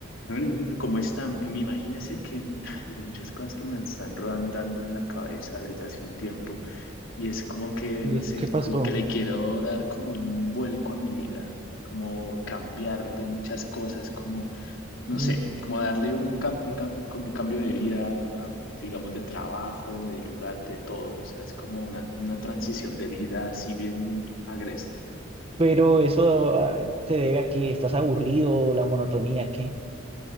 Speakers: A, on the left; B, on the right.
A: Bueno, Como están, me imagínese que hay muchas cosas que me están rodando en la cabeza desde hace un tiempo y es como que,
B: ¿Y
A: no
B: eso
A: sé,
B: qué pasó?
A: como que le quiero dar como un vuelco a mi vida, como cambiar de muchas cosas, como, no
B: Mm,
A: sé, como darle un, cam- un cam- como un cambio de vida, a- digamos, de trabajo, de lugar, de todo, o sea, es como una, una transición de vida así bien agreste.
B: Pero eso ah, te debe a que estás aburrido, la monotonía, ¿qué?